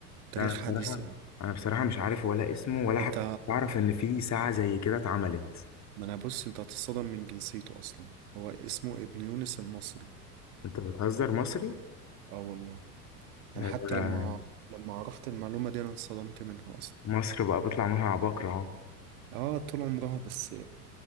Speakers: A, on the right; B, on the left.
A: تاريخ
B: لا انا بصراحه
A: حديث يعني
B: انا بصراحه مش عارف ولا اسمه ولا
A: انت
B: حتى اعرف ان في ساعه زي كده اتعملت
A: ما انا بص انت هتتصدم من جنسيته اصلا هو اسمه ابن يونس المصري
B: انت بتهزر مصري
A: اه والله انا
B: آه،
A: حتى لما لما عرفت المعلومة دي انا انصدمت منها اصلا
B: مصر بقى بيطلع منها عباقرة اهو
A: اه طول عمرها بس